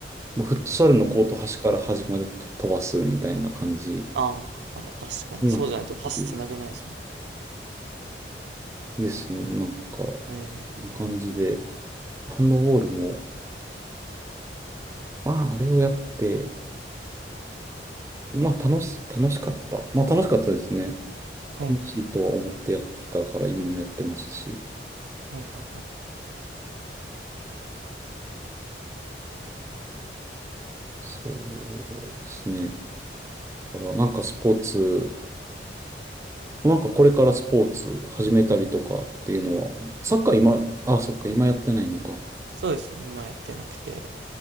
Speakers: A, on the right (about 15°); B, on the right (about 80°).
A: もうフットサルのコート端から端まで飛ばすみたいな感じ
B: ああ、ま、確かにそうじゃないとパスつなげないですもん。
A: にはなってるですね。なんか、こ
B: ええ、
A: んな感じで。
B: なる
A: ハンドボールも、まあ、あれをやって、まあ、楽し、楽しかった。まあ、楽しかったですね。
B: ほど。
A: 楽しいとは思ってやってたから、
B: うん、
A: 今もやってますし。
B: はいはいはい。
A: そうですね。から、なんかスポーツ、なんかこれからスポーツ始めたりとかっていうのは、サッカー今、あ、そっか、今やってないのか。
B: そうですね、今やってなくて、